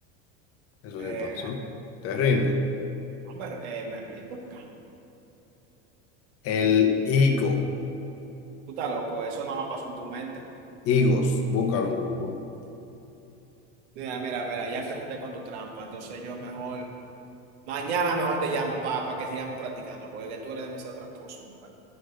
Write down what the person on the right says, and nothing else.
Eh,
hombre, eh, me rindo. porque
Tú estás loco. Eso nada más pasó en tu mente.
Mira, mira, mira. Ya empezaste con tu trampa. Entonces yo mejor. Mañana mejor te llamo para que sigamos practicando. Porque tú eres demasiado tramposo. compadre.